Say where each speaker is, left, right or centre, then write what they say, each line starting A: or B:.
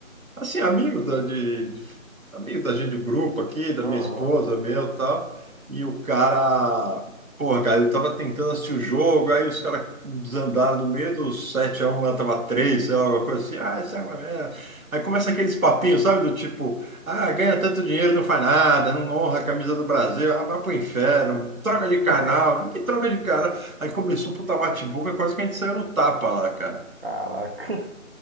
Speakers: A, on the right (about 85°); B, on the right (about 45°).
A: Assim, amigo da, de, de- amigo da gente do grupo aqui, da
B: aham.
A: minha esposa, meu e tal. E o cara, porra, cara, ele tava tentando assistir o jogo, aí os caras desandaram no meio dos sete a um lá tava 3, sei lá, alguma coisa assim. Ah, isso é uma merda. Aí começa aqueles papinhos, sabe? Do tipo, ah, ganha tanto dinheiro, não faz nada, não honra a camisa do Brasil, ah, vai pro inferno, troca de
B: <laughs>
A: canal, que troca de canal. Aí começou um puta bate-boca, quase que a gente saiu no tapa lá, cara.
B: Caraca.